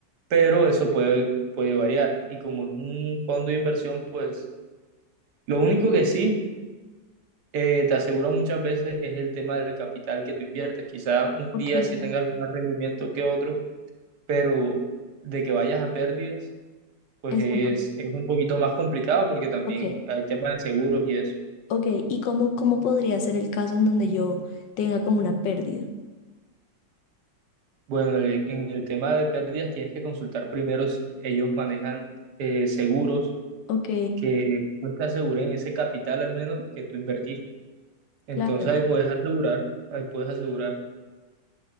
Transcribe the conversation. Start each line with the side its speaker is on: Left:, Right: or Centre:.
Right: Pero eso puede, puede variar. Y como es un fondo de inversión, pues lo único que sí eh, te aseguro muchas veces es el tema del capital que tú inviertes. Quizá un
Left: Ok.
Right: día sí tengas más rendimiento que otro, pero de que vayas a pérdidas, pues
Left: Eso
Right: es,
Left: no.
Right: es un poquito más complicado porque también
Left: Ok.
Right: hay temas de seguros y eso.
Left: Ok. ¿Y cómo, cómo podría ser el caso en donde yo tenga como una pérdida?
Right: Bueno, el- en el tema de pérdidas tienes que consultar primero si ellos manejan eh, seguros
Left: Ok,
Right: que pues, te aseguren ese capital al menos que tú invertiste. Entonces
Left: claro,
Right: ahí puedes asegurar, ahí puedes asegurar